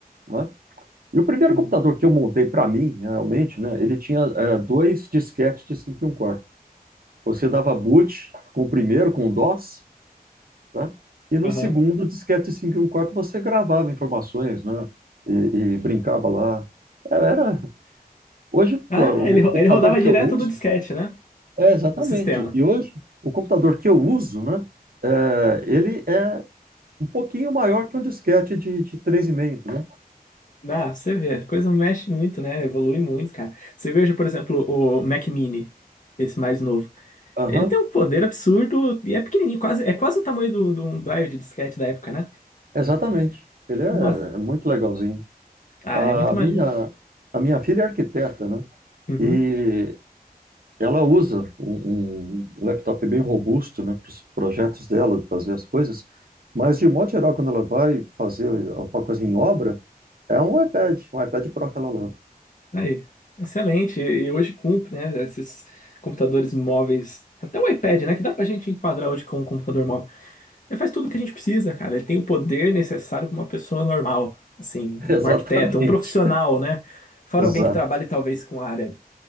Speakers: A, on the right (about 70°); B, on the left (about 55°).
A: né? E o primeiro
B: Uhum.
A: computador que eu montei para mim, realmente, né? Ele tinha é, dois disquetes de 5 e um quarto. Você dava boot com o primeiro, com o DOS, tá? E no
B: Aham.
A: segundo disquete de 5 e um quarto você gravava informações, né? E, e brincava lá. É, Era... Hoje,
B: Ah,
A: pô, o
B: ele,
A: o
B: ro-
A: computador
B: ele rodava
A: que
B: direto
A: eu uso...
B: do disquete, né?
A: É, exatamente.
B: O sistema.
A: E hoje, o computador que eu uso, né? É, ele é um pouquinho maior que um disquete de, de três e meio, né?
B: Ah, pra você vê. A coisa mexe muito, né? Evolui muito, cara. Você veja, por exemplo, o Mac Mini, esse mais novo.
A: Aham,
B: Ele tem um poder absurdo e é pequenininho, quase, é quase o tamanho do- de um drive de disquete da época, né?
A: exatamente. Ele é,
B: Nossa.
A: é muito legalzinho.
B: Ah,
A: A
B: é muito maneiro.
A: minha, a minha filha é arquiteta, né?
B: Uhum.
A: E ela usa um, um laptop bem robusto, né, para os projetos dela, de fazer as coisas. Mas, de modo geral, quando ela vai fazer alguma coisa em obra, é um iPad, um iPad Pro que ela leva.
B: Aí, excelente. E hoje cumpre, né? Esses computadores móveis, até o iPad, né? Que dá pra gente enquadrar hoje com um computador móvel. Ele faz tudo o que a gente precisa, cara. Ele tem o poder necessário para uma pessoa normal, assim,
A: <laughs>
B: um
A: Exatamente.
B: arquiteto, um profissional, né? Fora
A: Exato.
B: alguém que trabalhe talvez com a área